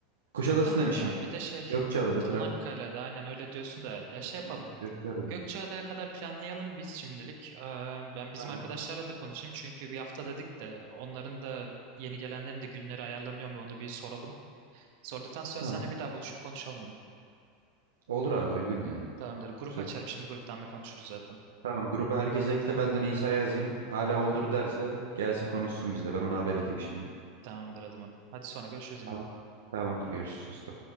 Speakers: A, on the right; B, on the right.
A: Kuşadası
B: bakalım
A: demişim.
B: ya bir de şey
A: Gökçeada'da
B: Çanakkale'de
A: falan.
B: aynen öyle diyorsun da ya şey yapalım.
A: Hı, Gökçeada'da.
B: Gökçeada'ya kadar planlayalım biz şimdilik. Ee, Ben bizim
A: Tamam.
B: arkadaşlarla da konuşayım çünkü bir hafta dedik de onların da yeni gelenlerin de günleri ayarlanıyor mu onu bir soralım. Sorduktan sonra
A: Tamam.
B: seninle bir daha buluşup konuşalım bunu.
A: Olur abi uygun ya.
B: Tamamdır. Grup
A: Güzel.
B: açarım şimdi gruptan da konuşuruz zaten.
A: Tamam gruba herkese ekle. Ben de Nisa'ya yazayım. Hala
B: Hı hı.
A: olur derse gelsin konuşsun bizle. Ben ona haber edeyim şimdi.
B: Tamamdır adamın. Hadi sonra görüşürüz yine.
A: Tamam. Tamamdır görüşürüz usta.